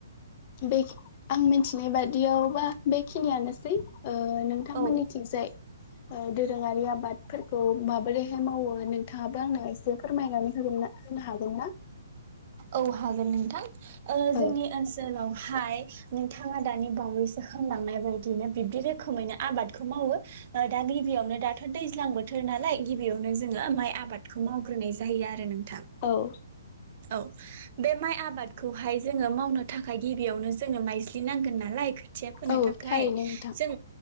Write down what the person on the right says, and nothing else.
औ
औ हागोन नोंथां ओ
जोंनि ओनसोलावहाय नोंथाङा दानि बावैसो होनलांनाय बायदिनो बिब्दि रोखोमैनो आबादखौ मावो। ओ दा गिबियावनो दाथ' दैज्लां बोथो थोर नालाय गिबियावनो जोङो माइ आबादखौ मावग्रोनाय जायो आरो नोंथां
औ बे माइ आबादखौहाय जोङो मावनो थाखाय गिबियावनो जोंनो माइज्लि नांगोन नालाय खोथिया फोनो
थाखाय
जों